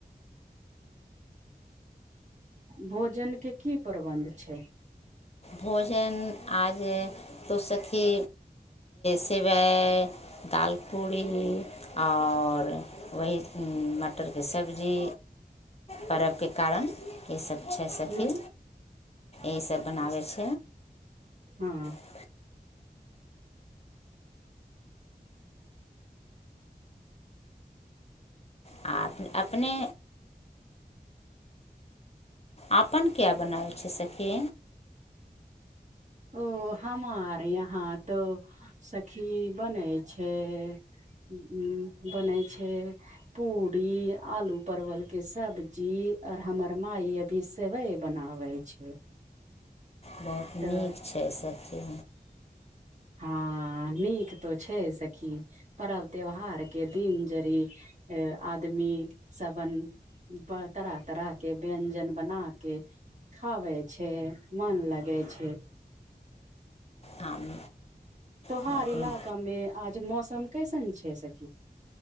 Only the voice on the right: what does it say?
भोजन केँ की प्रबन्ध छैय
ह
हूँ
ओ हमार यहाँ तो सखी बनै छै उ उ बनै छै पूरी आलू परवल के सब्जी आर हमर माइ अ ईसेबैय बनाबै छै
तऽ
हँ नीक तो छै सखी परव त्यौहार के दिन जड़ि आ आदमी शबन तरह तरह के व्यञ्जन बना के खावे छै मन लगे छै
तोहार
इलाका मे आज मौसम कैसन छै सखी